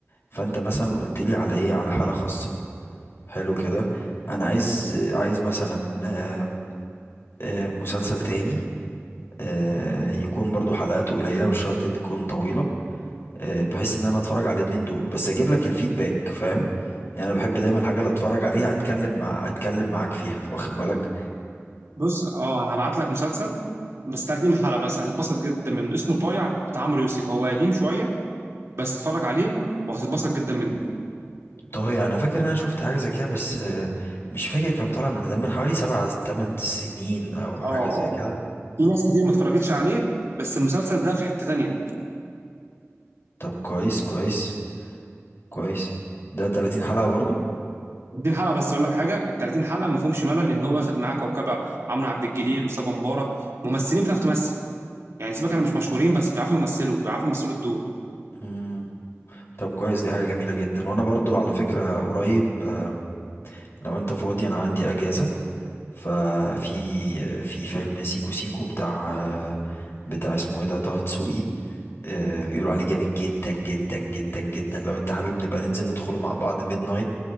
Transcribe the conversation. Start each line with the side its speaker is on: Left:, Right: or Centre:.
Left: فانت مثلا قلت لي على ايه على حالة خاصة حلو كده انا عايز عايز مثلا آه، آه، مسلسل تاني آه، يكون برضو حلقاته قليلة مش شرط تكون طويلة آه، بحيث ان انا اتفرج على الاتنين دول بس اجيب لك الفيدباك فاهم يعني انا بحب دايما الحاجة اللي اتفرج عليها اتكلم مع اتكلم معاك فيها واخد بالك
Right: بص اه انا هبعت لك مسلسل بس 30 حلقه بس هتتبسط جدا منه اسمه طايع بتاع عمرو يوسف هو قديم شويه بس اتفرج عليه وهتتبسط جدا منه
Left: طه يعني انا فاكر ان انا شفت حاجة زي كده بس آه، مش فاكر كان طالع من ده من حوالي سبع تمن سنين او حاجة
Right: اه
Left: زي كده
Right: في ناس كتير ما اتفرجتش عليه بس المسلسل ده في حته تانيه
Left: طب كويس كويس كويس ده 30 حلقة برضو
Right: 30 حلقه بس اقول لك حاجه ال 30 حلقه ما فيهمش ملل لان هو واخد معاه كوكبه عمرو عبد الجليل وصبا مبارك ممثلين بتعرف تمثل يعني سيبك انا مش مشهورين بس بيعرفوا يمثلوا بيعرفوا يمثلوا الدور
Left: مم. طب كويس دي حاجة جميلة جدا وانا برضو على فكرة قريب آه، لو انت فاضي انا عندي اجازة ففي في فيلم سيكو سيكو بتاع بتاع اسمه ايه ده طه دسوقي آه، بيقولوا عليه جامد جدا جدا جدا جدا لو انت حابب نبقى ننزل ندخله مع بعض ميد نايت